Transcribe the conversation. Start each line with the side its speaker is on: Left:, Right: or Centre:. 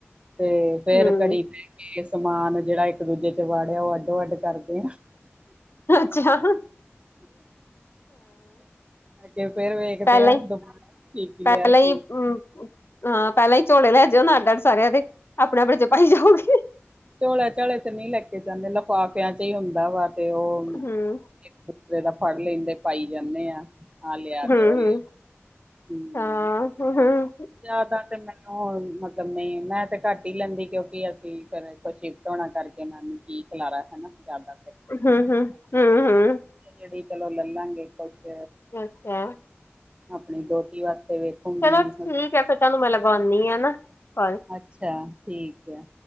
Right: ਤੇ ਫੇਰ
Left: ਹੂੰ,
Right: ਘੜੀ ਤੇ ਕਿ ਸਮਾਨ ਜਿਹੜਾ ਇੱਕ ਦੂਜੇ 'ਚ' ਵਾੜਿਆ ਉਹ ਅੱਡੋ-ਅੱਡ ਕਰ ਦੇਣ।
Left: ਅੱਛਿਆ, ਹਾਂ।
Right: ਅਤੇ ਫੇਰ ਵੇਖਦੇ
Left: ਪਹਿਲਾਂ
Right: ਆ,
Left: ਹੀ
Right: ਦੁਬਾਰਾ ਕੀ-ਕੀ ਲਿਆ
Left: ਪਹਿਲਾਂ
Right: ਸੀ।
Left: ਹੀ ਹੂੰ ਹਾਂ, ਪਹਿਲਾਂ ਹੀ ਝੋਲੇ ਲੈ ਜੋ ਨਾ ਅੱਡ - ਅੱਡ ਸਾਰਿਆਂ ਦੇ, ਆਪਣੇ-ਆਪਣੇ 'ਚ' ਪਾਈ ਜਾਉਗੇ।
Right: ਝੋਲੇ-ਝਾਲੇ ਤਾਂ ਨਹੀਂ ਲੈ ਕੇ ਜਾਂਦੇ, ਲਿਫ਼ਾਫਿਆ 'ਚ' ਹੀ ਹੁੰਦਾ ਵਾ। ਤੇ ਉਹ
Left: ਹੂੰ,
Right: ਕਿਸੇ ਦਾ ਫੜ ਲੈਂਦੇ ਪਾਈ ਜਾਂਨੇ ਆ, ਆਹ ਲਿਆ ਤੇ
Left: ਹੂੰ-ਹੂੰ।
Right: ਉਹ ਲਿਆ। ਹੂੰ
Left: ਹਾਂ, ਹੁੰ-ਹੁੰ।
Right: ਜ਼ਿਆਦਾ ਤੇ ਮੈਂ ਉਹ ਮਤਲਬ ਨਹੀਂ, ਮੈਂ ਤੇ ਘੱਟ ਹੀ ਲੈਂਨੀ ਕਿਉਂਕਿ ਅਸੀਂ ਫੇਰ ਇਥੋਂ ਸ਼ਿਫਟ ਹੋਣਾ ਕਰਕੇ ਮੈਂ ਕੀ ਖਿਲਾਰਾ ਹਨਾ, ਜਿਆਦਾ ਤਰ।
Left: ਹੂੰ-ਹੂੰ, ਹੂੰ-ਹੂੰ।
Right: ਰੇੜੀ ਕੋਲੋ ਲੈਲਾ ਗੇ, ਕੁਛ।
Left: ਅੱਛਾ।
Right: ਆਪਣੀ ਧੋਤੀ ਵਾਸਤੇ ਵੇਖੂਗੀ
Left: ਚਲੋ ਠੀਕ
Right: ਹੁ।
Left: ਹੈ ਫਿਰ ਤੁਹਾਨੂੰ ਮੈਂ ਲਗਾਉਂਨੀ ਆ ਨਾ, ਕੋਲ।
Right: ਅੱਛਾ, ਠੀਕ ਐ।